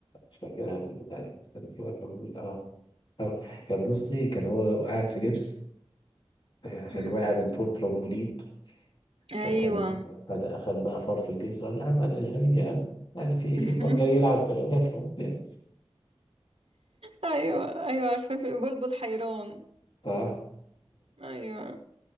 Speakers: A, on the left (about 55°); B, on the right (about 75°).
A: مش فاكرها البتاع دي استنى كده أكمل آه اه كان بصي كان هو قاعد في جبس آه، عشان
B: أم.
A: وقع من فوق ترمبولين
B: ايوه
A: فكان بدأ خد بقى فار في الجبس وقال لا أمل الحقيني أمل يعني في
B: <laughs>
A: في فار جاي يلعب فوت <laughs> يعني
B: ايوه ايوه عارفة في بلبل حيران
A: صح
B: ايوه